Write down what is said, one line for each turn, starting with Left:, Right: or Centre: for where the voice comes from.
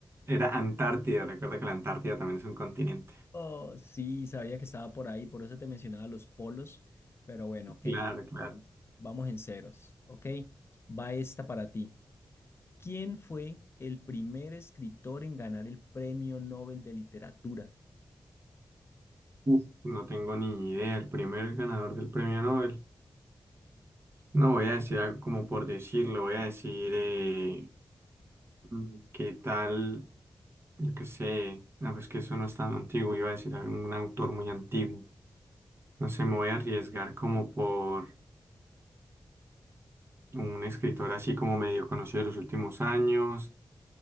Right: Era Antártida, recuerda que la Antártida también es un continente.
Left: Oh, sí, sabía que estaba por ahí, por eso te mencionaba los polos, pero bueno, ok.
Right: Claro, claro.
Left: Ahora vamos en ceros, ok. Va esta para ti. ¿Quién fue el primer escritor en ganar el Premio Nobel de Literatura?
Right: Uf, no tengo ni idea. El primer ganador del premio Nobel. No voy a decir algo como por decirlo. Voy a decir eh, mm, qué tal, yo qué sé. No, pues que eso no es tan antiguo. Iba a decir algún autor muy antiguo. No sé, me voy a arriesgar como por un escritor así como medio conocido de los últimos años.